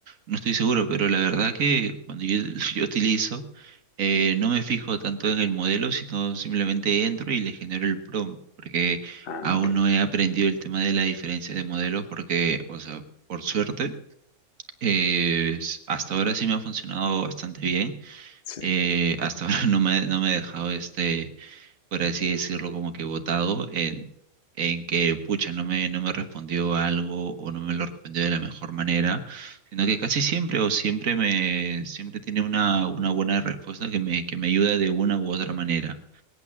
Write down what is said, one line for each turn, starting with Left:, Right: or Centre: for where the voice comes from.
Right: no estoy seguro, pero la verdad que cuando yo, <laughs> yo utilizo, eh, no me fijo tanto en el modelo, sino simplemente entro y le genero el prompt, porque
Left: Ah,
Right: aún
Left: ok.
Right: no he aprendido el tema de la diferencia de modelos, porque, o sea, por suerte, eh, s- hasta ahora sí me ha funcionado bastante bien,
Left: Sí.
Right: eh, hasta <laughs> ahora no me, no me ha dejado este por así decirlo, como que votado en, en que, pucha, no me, no me respondió algo o no me lo respondió de la mejor manera, sino que casi siempre o siempre me, siempre tiene una, una buena respuesta que me, que me ayuda de una u otra manera.